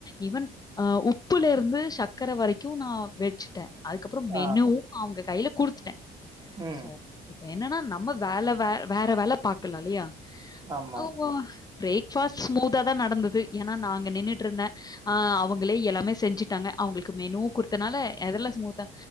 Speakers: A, on the left (about 20°); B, on the right (about 25°).
A: ஈவன் அ உப்புல இருந்து சர்க்கர வரைக்கு நா வெச்சுட்ட அதுக்கப்றோ மெனு
B: ஆ.
A: அவுங்க கையில குடுத்துட்ட
B: ம்.
A: சோ இப்ப என்னன்னா நா நம்ம வேல வே வேற வேல பாக்கலா இல்லையா
B: ஆமா.
A: அவுங்க பிரேக்ஃபாஸ்ட் ஸ்மூத்தா தா நடந்தது ஏன்னா நா அங்க நின்னுட்டு இருந்த ஆ அவுங்களே எல்லாமே செஞ்சுட்டாங்க அவுங்களுக்கு மெனு குடுத்தனால அதெல்லா ஸ்மூத்தா